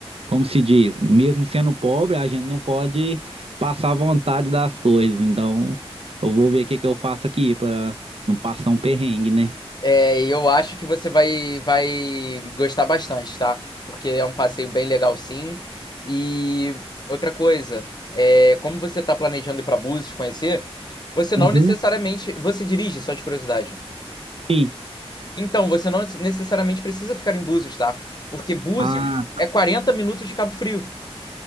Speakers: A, on the right; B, on the left.
A: como se diz, mesmo sendo pobre, a gente não pode passar vontade das coisas. Então, eu vou ver o que que eu faço aqui para não passar um perrengue, né?
B: É, e eu acho que você vai, vai gostar bastante, tá? Porque é um passeio bem legal, sim. E outra coisa, é, como você tá planejando ir pra Búzios conhecer, você não
A: Uhum.
B: Uhum. necessariamente. Você dirige, só de curiosidade.
A: Sim.
B: Então, você não necessariamente precisa ficar em Búzios, tá? Porque Búzios
A: Ah,
B: é 40 minutos de Cabo Frio.